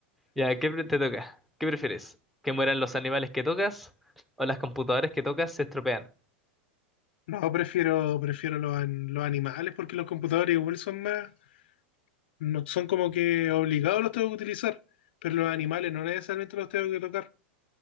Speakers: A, in the centre; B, on the left.
A: Ya, ¿qué pre- te toca? ¿Qué prefieres? ¿Que mueran los animales que tocas o las computadoras que tocas se estropean?
B: No, prefiero, prefiero los, an- los animales porque los computadores igual son más, no son como que obligados los tengo que utilizar, pero los animales no necesariamente los tengo que tocar.